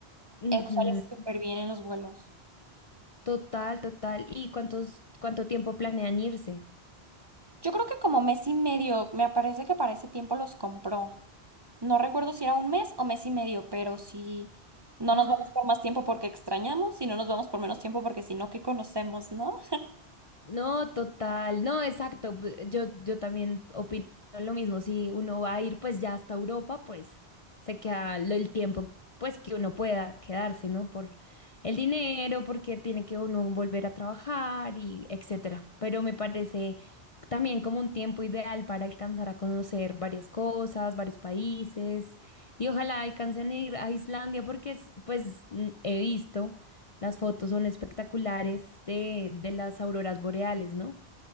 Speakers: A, on the left (about 40°); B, on the right (about 25°).
A: Ujú,
B: Eso sale súper bien en los vuelos.
A: Total, total. ¿Y cuántos, cuánto tiempo planean irse?
B: Yo creo que como mes y medio, me parece que para ese tiempo los compró. No recuerdo si era un mes o mes y medio, pero sí, no
A: <gasps>
B: nos vamos por más tiempo porque extrañamos y no nos vamos por menos tiempo porque si no, ¿qué conocemos, no?
A: No, total, no, exacto. pu- Yo, yo también opino lo mismo. Si uno va a ir pues ya hasta Europa, pues se queda lo- el tiempo pues que uno pueda quedarse, ¿no? Por el dinero, porque tiene que uno volver a trabajar y etcétera. Pero me parece también como un tiempo ideal para alcanzar a conocer varias cosas, varios países y ojalá alcancen a ir a Islandia porque es- pues mm, he visto. Las fotos son espectaculares de, de las auroras boreales, ¿no?